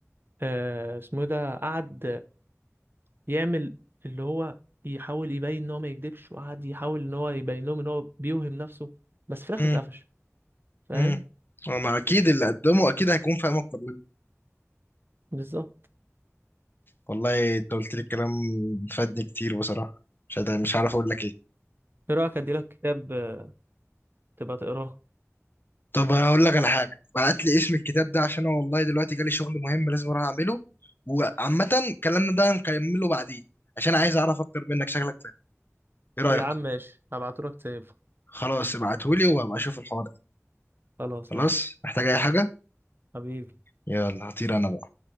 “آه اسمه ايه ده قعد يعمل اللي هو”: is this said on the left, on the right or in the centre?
Right